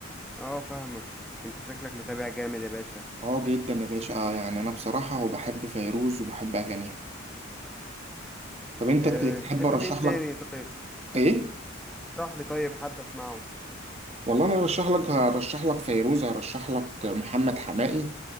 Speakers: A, in the centre; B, on the right (about 30°).
A: اه فاهمك انت شكلك متابع جامد يا باشا
B: اه جدا يا باشا آه يعني انا بصراحه وبحب فيروز وبحب اغانيها طب انت
A: أه
B: ت- تحب
A: بتحب
B: ارشح
A: مين تاني
B: لك
A: طيب
B: ايه
A: اشرح لي طيب حد اسمعه
B: والله انا ارشح لك هرشح لك فيروز هرشح لك محمد حماقي